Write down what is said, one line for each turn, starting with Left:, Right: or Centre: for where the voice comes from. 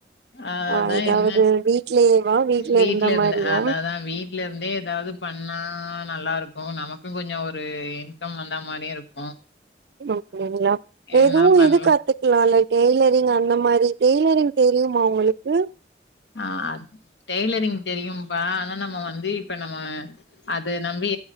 Left: அதான்
Right: ஆ ஏதாவது
Left: என்ன
Right: வீட்லயேவா வீட்ல
Left: வீட்டுல
Right: இருந்த
Left: இருந்தே
Right: மாரியா
Left: அதாதான் வீட்டுலே இருந்தே ஏதாவது பண்ணா நல்லா இருக்கும் நமக்கும் கொஞ்சம் ஒரு இன்கம் வந்த மாரியு இருக்
Right: ஓ ஓ அப் எதுவும்
Left: என்ன பண்லா
Right: இது கத்துக்கலாம் இல்ல டெய்லரிங் அந்த மாரி டெய்லரிங் தெர் தெரியுமா உங்களுக்கு
Left: நா அத் டெய்லரிங் தெரியும்பா ஆனா நம்ம வந்து இப்ப நம்ம அத நம்பி